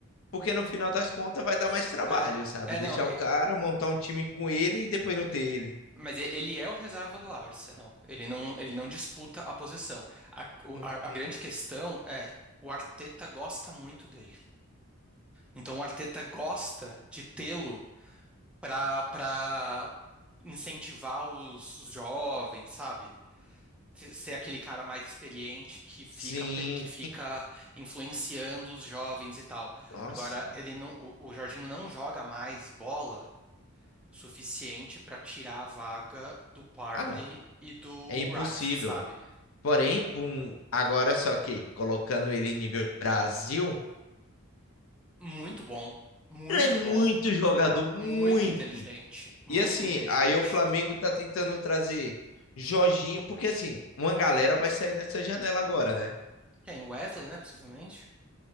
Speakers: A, on the left; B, in the centre.
A: porque no final das contas vai dar mais trabalho,
B: É,
A: sabe?
B: é
A: Deixar
B: não.
A: o cara, montar um time com ele e depois não ter ele.
B: Mas e- ele é o reserva do Arsenal. Ele não, ele não disputa a posição. A, o-
A: Uhum.
B: a- a grande questão é o Arteta gosta muito dele. Então o Arteta gosta de tê-lo para para incentivar os, os jovens, sabe? Se- Ser aquele cara mais experiente que fica
A: Sim.
B: pe- que fica influenciando os jovens e tal.
A: Nossa.
B: Agora ele não, o, o Jorginho não joga mais bola suficiente para tirar a vaga do Parney
A: Ah, não.
B: e do
A: É impossível.
B: Rice, sabe?
A: Porém, pum, agora só que colocando ele em nível Brasil.
B: Muito bom, muito
A: Ele é muito
B: bom,
A: jogador, muito.
B: muito inteligente, muito
A: E assim,
B: inteligente.
A: aí o Flamengo tá tentando trazer Jorginho, porque assim, uma galera vai sair nessa janela agora, né?
B: Tem Wesley, né, possivelmente?